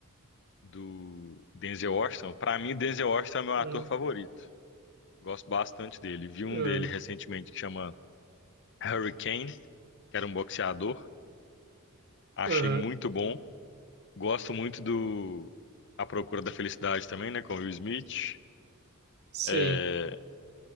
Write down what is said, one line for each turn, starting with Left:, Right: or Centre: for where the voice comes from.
Left: do Denzel Washington, pra mim Denzel Washington é meu ator
Right: Hum,
Left: favorito. Gosto bastante dele. Vi um
Right: ah,
Left: dele recentemente que chama Hurricane, que era um boxeador. Achei
Right: aham,
Left: muito bom. Gosto muito do A Procura da Felicidade também, né, com o Will Smith.
Right: sim,
Left: É,